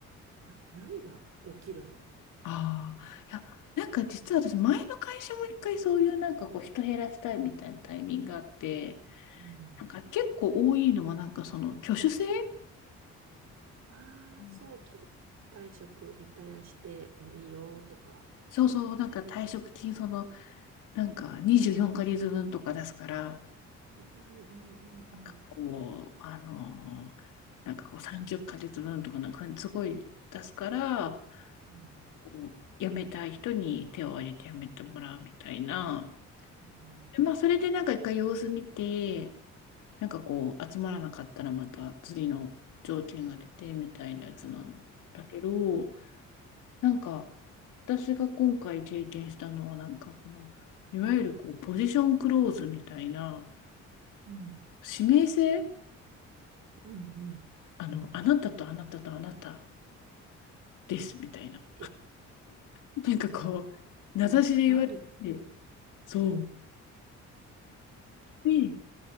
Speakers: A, on the right; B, on the left.
A: な、何が起きるの
B: ああ、いや、なんか実は私、前の会社も一回そういうなんかこう人減らしたいみたいなタイミングがあって、
A: うん。
B: なんか結構多いのはなんかその挙手制
A: ああ、
B: うん
A: 早期退職、リタイアしてもいいよとか。
B: そうそう、なんか退職金その、なんか24ヶ月分とか出すから、
A: うんうんうんうんうん。
B: なんかこう、あのーなんかこう30ヶ月分とかなんかすごい出すから、
A: うん
B: こう辞めたい人に手を挙げて辞めてもらうみたいな。
A: うんうん
B: でまあ、それでなんか一回様子見て、なんかこう、集まらなかったらまた次の条件が出てみたいなやつなんだけど、なんか、私が今回経験したのは、なんかこの、いわゆるこう、ポジションクローズみたいな、
A: うん。
B: 指名制
A: うんうん。
B: あの、あなたとあなたとあなたですみたいな。
A: え、
B: なんかこう、名指しで言われて、
A: あり
B: そ
A: きゃ。
B: う。で、